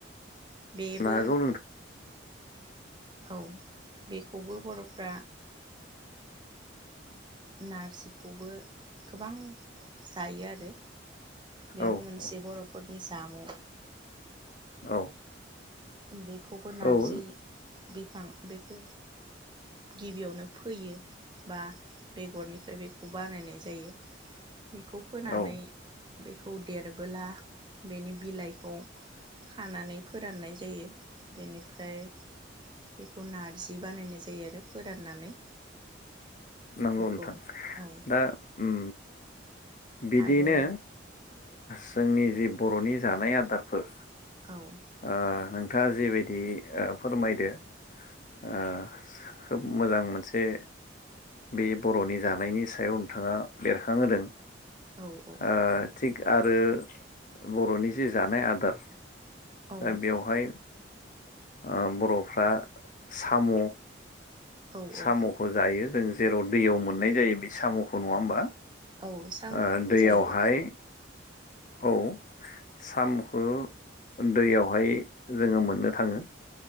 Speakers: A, on the right; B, on the left.
A: बेबो
B: हागौ नोंथां
A: औ बेखौबो बर'फ्रा नारजिखौबो गोबां जायो आरो बेबो
B: औ
A: मोनसे
B: औ
A: बर'फोरनि जाम'
B: औ
A: बेखौबो नारजि
B: औ
A: बिफां बेखौ गिबियावनो फोयो बा बेगरनिफ्राय बेखौ बानायनाय जायो बेखौ फोनानै
B: औ
A: बेखौ देरबोला बेनि बिलाइखौ खानानै फोराननाय ज निफ्राय बेखौ नारजि बानायनाय जायो आरो फोराननानै
B: नांगौ
A: बेखौ
B: नोंथां
A: औ
B: दा उम बिदियैनो
A: आरो
B: जोंनि जि बर'नि जानाय आदारफोर
A: औ
B: ओ नोंथाङा जिबायदि फोरमायदो ओ खोब मोजां मोनसे बे बर'नि जानायनि सायाव नोंथाङा बेरखांहोदों
A: औ औ
B: ओ थिग आरो बर'नि जे जानाय आदार
A: औ
B: दा बेवहाय ओ बर'फ्रा साम'
A: औ
B: साम'खौ
A: औ
B: जायो जों जेराव दैयाव मोननाय जायो बे साम'खौ नङा होमबा?
A: औ साम'खौबो
B: ओ दैयावहाय
A: जायो
B: औ साम'खौ दैयावहाय जोङो मोननो थाङो।